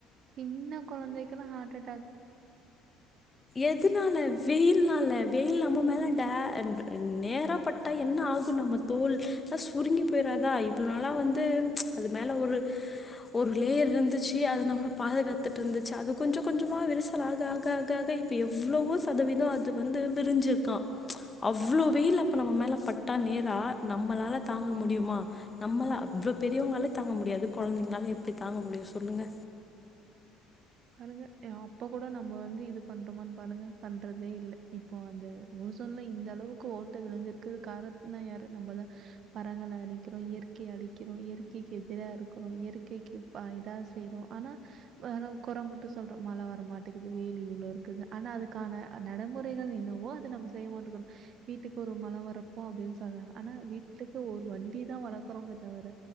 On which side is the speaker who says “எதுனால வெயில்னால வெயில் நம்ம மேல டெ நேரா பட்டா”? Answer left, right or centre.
Left